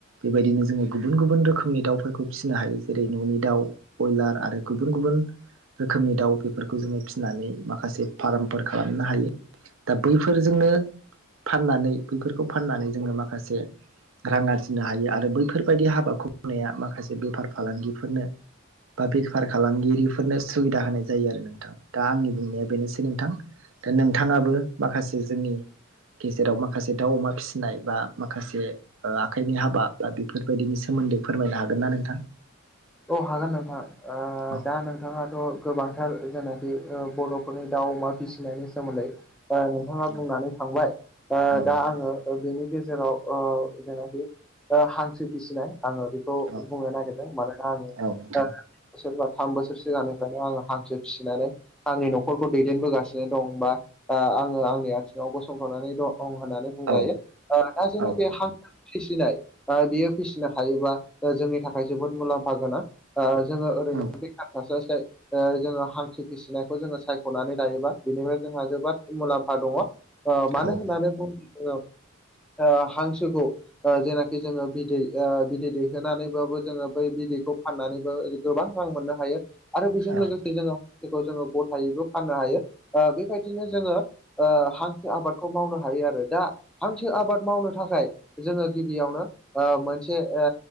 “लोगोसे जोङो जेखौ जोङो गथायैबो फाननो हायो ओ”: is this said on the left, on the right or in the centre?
Centre